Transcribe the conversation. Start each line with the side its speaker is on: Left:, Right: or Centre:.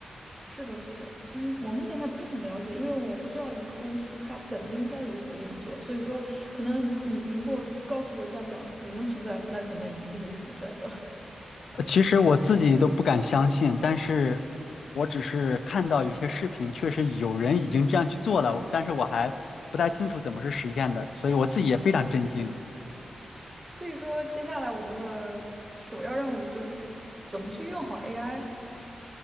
Right: 是的，是的，嗯，我目前还不是很了解，因为我不知道一个公司它本应该如何运作，所以说可能你你如果告诉我这样讲已经存在，那可能已经就是存在的了。
Left: 呃其实我自己都不敢相信，但是我只是看到有些视频，确实有人已经这样去做了，但是我还不太清楚怎么是实现的，所以我自己也非常震惊。
Right: <laughs> 所以说，接下来我们的首要任务就是怎么去用好 AI。